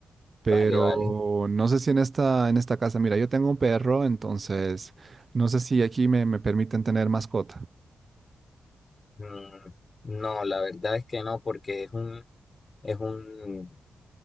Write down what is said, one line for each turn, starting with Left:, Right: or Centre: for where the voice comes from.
Right: Pero
Left: Vale, vale.
Right: no sé si en esta, en esta casa, mira, yo tengo un perro, entonces no sé si aquí me, me permiten tener mascota.
Left: Mm, no, la verdad es que no, porque es un, es un